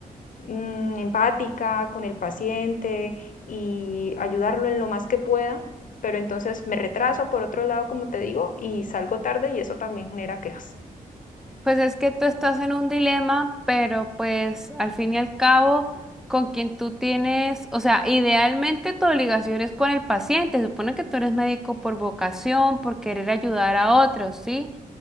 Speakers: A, on the left; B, in the centre.
A: mm, empática con el paciente y ayudarlo en lo más que pueda, pero entonces me retraso por otro lado, como te digo, y salgo tarde y eso también genera quejas.
B: Pues es que tú estás en un dilema, pero pues al fin y al cabo, con quien tú tienes, o sea, idealmente tu obligación es con el paciente. Se supone que tú eres médico por vocación, por querer ayudar a otros, ¿sí?